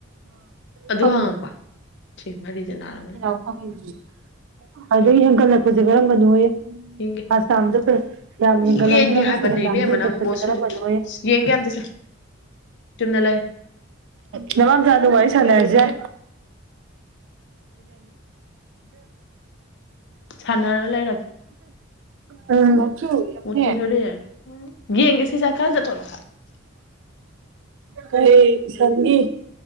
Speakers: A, on the left; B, on the right.
A: ꯑꯗꯨ
B: ꯐꯪ
A: ꯍꯪꯉꯛꯄ ꯁꯤ ꯃꯔꯤꯁꯦ ꯅꯥꯔꯝꯃꯅꯤ
B: <unintelligible> ꯑꯗꯩ ꯍꯦꯟꯒꯠꯂꯛꯄꯁꯦ ꯀꯔꯝꯕꯅꯣ
A: ꯌꯦꯡꯒꯦ
B: ꯐꯥꯔꯁ ꯇꯥꯝꯗ ꯌꯥꯝ ꯍꯦꯟꯒꯠꯂꯝꯗ꯭ꯔꯒ
A: ꯌꯦꯡꯒꯦ ꯍꯥꯏꯕꯅꯦ
B: ꯁꯦꯀꯦꯟ
A: ꯏꯕꯦꯝꯃ
B: ꯇꯥꯝꯗ ꯍꯦꯟꯒꯠꯄꯁꯦ
A: ꯅꯪꯕꯣ ꯁꯨꯟ
B: ꯀꯔꯝꯕꯅꯣ ꯑꯦ
A: ꯌꯦꯡꯒꯦ ꯑꯝꯇꯁꯦ ꯆꯨꯝꯅ ꯂꯩꯌꯨ
B: ꯉꯔꯥꯡ ꯆꯥ ꯑꯗꯨ ꯋꯥꯔꯤ ꯁꯥꯟꯅꯔꯁꯨ ꯔꯥꯏ <unintelligible>
A: ꯁꯥꯟꯅꯔ ꯂꯩꯔꯒꯦ
B: ꯍ
A: ꯃꯨꯔꯇꯤ
B: ꯑ
A: ꯁꯣꯔꯤ ꯌꯦꯡꯒꯦ ꯁꯤꯁꯦ ꯈꯔ ꯆꯠꯊꯣꯛꯂꯣ
B: ꯀꯩ ꯁꯪꯒꯤ